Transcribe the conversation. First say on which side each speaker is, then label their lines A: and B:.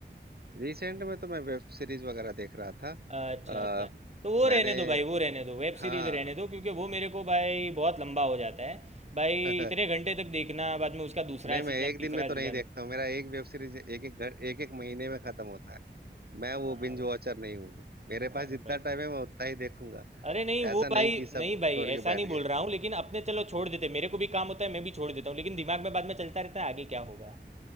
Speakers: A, on the right (about 55°); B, on the right (about 35°).
A: रिसेंट में तो मैं वेब सीरीज वगैरह देख रहा था
B: अच्छा
A: आ,
B: अच्छा तो वो रहने
A: मैंने
B: दो भाई वो रहने दो वेब
A: हाँ
B: सीरीज रहने दो क्योंकि वो मेरे को भाई बहुत लंबा हो जाता है भाई
A: <laughs>
B: इतने घंटे तक देखना बाद में उसका दूसरा
A: नहीं मैं
B: सीज़न
A: एक दिन
B: तीसरा
A: में तो नहीं
B: सीज़न
A: देखता हूँ मेरा एक वेब सीरीज एक एक घर एक एक महीने में खत्म होता है मैं
B: हाँ
A: वो बिंज
B: भाई
A: वॉचर नहीं हूँ मेरे
B: हाँ
A: पास जितना
B: भाई
A: टाइम है मैं उतना ही देखूंगा
B: अरे नहीं वो
A: ऐसा नहीं
B: भाई
A: कि सब
B: नहीं भाई
A: छोड़ के
B: ऐसा
A: बैठ
B: नहीं
A: गए
B: बोल रहा हूँ लेकिन अपने चलो छोड़ देते मेरे को भी काम होता है मैं भी छोड़ देता हूँ लेकिन दिमाग में बाद में चलता रहता है आगे क्या होगा